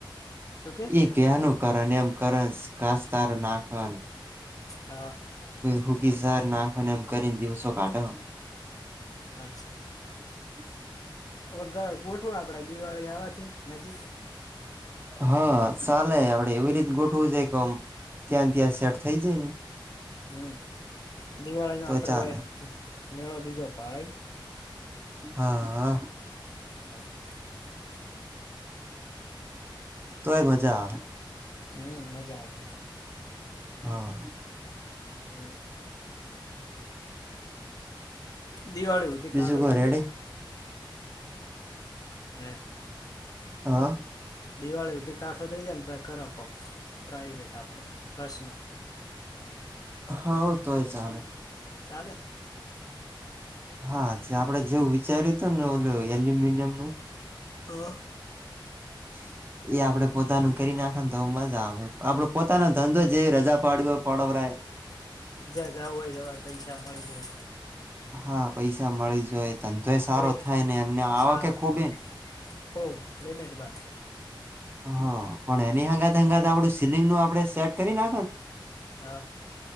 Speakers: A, on the left; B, on the right.
A: શું કે
B: એક કયાનું કારણ એમ કરસ ઘાસતાર નાખન.
A: હા.
B: હુંકી સાર નાખન એમ કરીન દિવસો કાઢહ.
A: અચ્છા.
B: <inaudible>
A: હવે ગર ગોઠવું આપડે દિવાળી આવાથી નજીક.
B: હા, સાલે આપડે એવી રીત ગોઠવું છે ક અમ ત્યાં ત્યાં સેટ થઈ જાય ન
A: હમ્મ દિવાળીના
B: તો
A: આપડે
B: ચાલે
A: ઓય. મેળો બીજો પાળી.
B: હા હા.
A: <inaudible>
B: તોય મજા આવે.
A: હમ્મ મજા આવશે.
B: હા.
A: હમ દિવાળી હુધી
B: બીજું
A: કાઠો
B: કો
A: થઇ
B: રેડી
A: જાય. એ.
B: હા.
A: દિવાળી હુધી કાઠો થઈ જાયન પહી કર કોક પ્રાઈવેટ આપડો પ્રશનલ.
B: હાવ તોય ચાલે.
A: ચાલે
B: હા જે આપડે જેવું વિચાર્યું હત ને ઓ એલ્યમિડિયમ નું
A: હા
B: <inaudible> એ આપડે પોતાનું કરી નાખે ને તો મજા આવે આપડો પોતાનો ધંધો જેવી રજા પાડ્યો હોય પડવરાય હ <unintelligible>
A: જ્યાં જવ હોય જવાય પૈસા મળી જાય.
B: હા પૈસા મળી જોય ધંધોય સારો
A: કોઈ
B: થાય ને એમને આવ
A: સારો
B: કે ખૂબ
A: થાય
B: એન
A: ખૂબ લેમેટ બાર
B: હા પણ એની હંગાત હંગાત આપડું સીલિંગનું આપડે સેટ કરી નાખો
A: હા